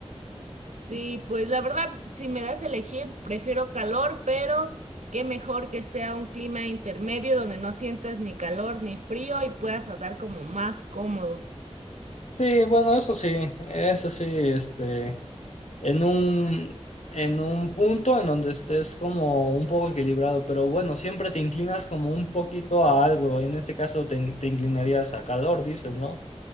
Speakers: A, on the right; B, on the left.
A: Sí, pues la verdad, si me das a elegir, prefiero calor, pero qué mejor que sea un clima intermedio donde no sientas ni calor ni frío y puedas andar como más cómodo.
B: Sí, bueno, eso sí, eso sí, este... en un, en un punto en donde estés como un poco equilibrado, pero bueno, siempre te inclinas como un poquito a algo. En este caso te, in- te inclinarías a calor, dices, ¿no?